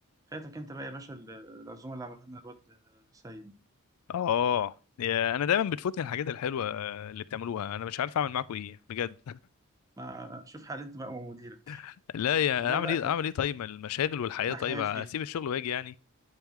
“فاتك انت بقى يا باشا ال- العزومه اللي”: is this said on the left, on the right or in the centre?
Right